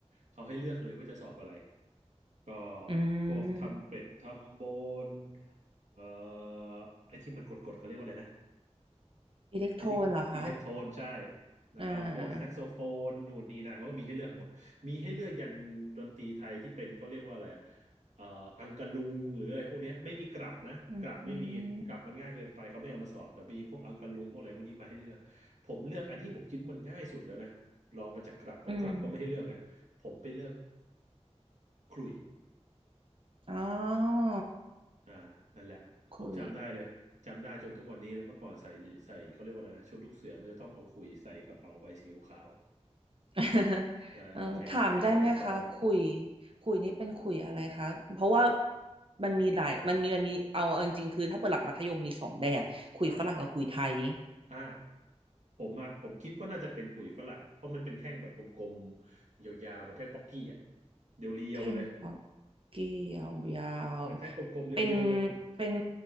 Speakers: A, on the right; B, on the right.
A: เขาให้เลือกเลยว่าจะสอบอะไร ก็
B: อื
A: พวกทำเป็ดทำโบน
B: ม
A: เอ่อไอ้ที่มันกดๆเขาเรียกว่าอะไรนะ
B: อิเล็กโทรนเหรอคะ
A: ไอ้ที่อิเล็กโทรนใช่แล้วก็พวกแซกโซโฟนนู่นนี่นั่นเขาก็มีให้เลือกหมดมีให้เลือกยันดนตรีไทยที่เป็นเขาเรียกว่าอะไรอะ
B: อ่า
A: เอ่ออังกะลุงหรืออะไรพวกเนี้ยไม่มีกลับนะกลับไม่มีกลับมันง่ายเกินไปเขาไม่เอามาสอนแต่มีพวกอังกะลุงพวกอะไรพวกนี้มาให้เลือกผมเลือกอันที่ผมคิดมันง่ายสุดแล้วนะลองมาจากกลับเพราะกลับก็ไม่ให้เลือกไงผมไปเลือก
B: อืมอืมอืม
A: ขลุ่ย
B: อ๋อ
A: อ่านั่นแหละผมจำได้เลยจำได้จนทุกวันนี้เลยเมื่อก่อนใส่ใส่เขาเรียกว่าอะไรนะชุดลูกเสือมันจะต้องเอาขุยใส่กระเป๋าใบสีขาว
B: คุย <laughs>
A: ๆอ่าแทงแทงใส่กระเป๋าเหรอ
B: เอ่อถามได้ไหมคะ คุย คุยนี่เป็นคุยอะไรคะ เพราะว่ามันมีหลายมันมีมันมีเอาเอาจริงๆคือถ้าเปิดหลักมัธยมมีสองแบบคุยฝรั่งกับคุยไทย
A: อ่าอ่าผมอะผมคิดว่าน่าจะเป็นขุยฝรั่งเพราะมันเป็นแท่งแบบกลมๆยาวๆเหมือนแท่งป๊อกกี้อะเรียวๆเลย
B: แทงปักเกี่ยวยาว
A: เหมือนแท่งกลมๆเรียวๆเลย
B: เป็นเป็น